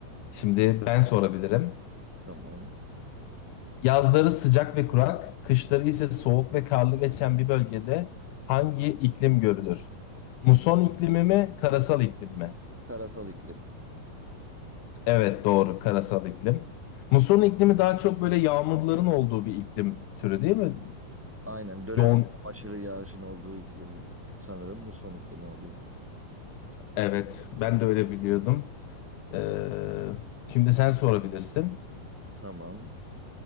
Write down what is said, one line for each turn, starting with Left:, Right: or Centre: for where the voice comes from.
Left: şimdi ben sorabilirim.
Centre: Tamam.
Left: Yazları sıcak ve kurak, kışları ise soğuk ve karlı geçen bir bölgede hangi iklim görülür? Muson iklimi mi, karasal iklim mi?
Centre: Karasal iklim.
Left: Evet doğru, karasal iklim. Muson iklimi daha çok böyle yağmurların olduğu bir iklim türü değil mi?
Centre: Aynen dönem
Left: Yoğun,
Centre: aşırı yağışın olduğu iklim sanırım muson iklimi oluyor.
Left: evet ben de öyle biliyordum. Ee, şimdi sen sorabilirsin.
Centre: Tamam.